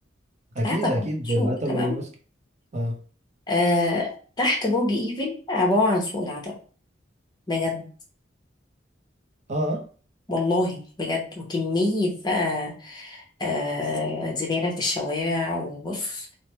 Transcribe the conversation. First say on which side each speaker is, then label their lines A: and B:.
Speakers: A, on the right; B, on the left.
A: اكيد
B: العتبه
A: اكيد
B: سوق
A: العتبه
B: تمام
A: والمسك اه
B: آه تحت برج ايفل عباره عن سوق العتبه بجد
A: اه
B: والله بجد وكميه بقى آه زباله في الشوارع وبص